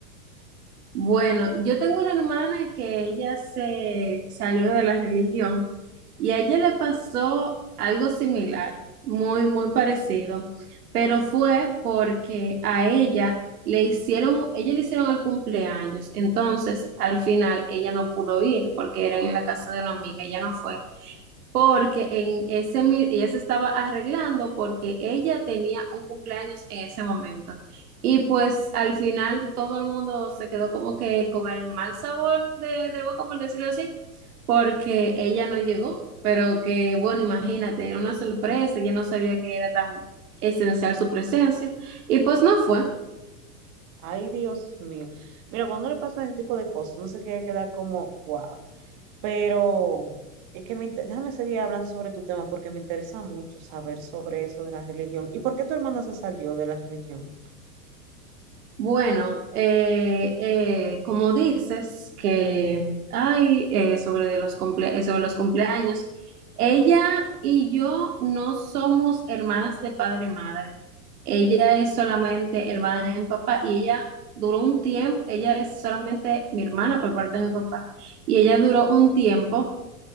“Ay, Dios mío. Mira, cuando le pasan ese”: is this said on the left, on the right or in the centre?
Right